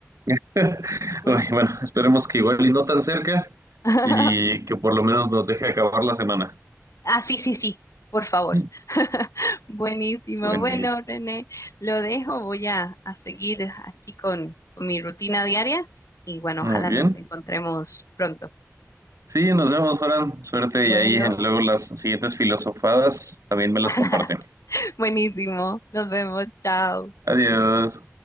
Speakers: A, on the right (about 75°); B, on the left (about 70°).
A: <laughs> Ay,
B: Pues.
A: bueno, esperemos que igual y no tan cerca
B: <laughs>
A: y que por lo menos nos deje acabar la semana.
B: Ah, sí, sí, sí, por favor.
A: <laughs>
B: <laughs> Buenísimo.
A: Buenísimo.
B: Bueno, René, lo dejo. Voy a, a seguir aquí con, con mi rutina diaria y bueno,
A: Muy
B: ojalá
A: bien.
B: nos encontremos pronto.
A: Sí, nos vemos, Fran. Suerte
B: Bueno,
A: y ahí en luego las siguientes filosofadas también me las
B: <laughs>
A: comparten.
B: buenísimo. Nos vemos. Chao.
A: Adiós.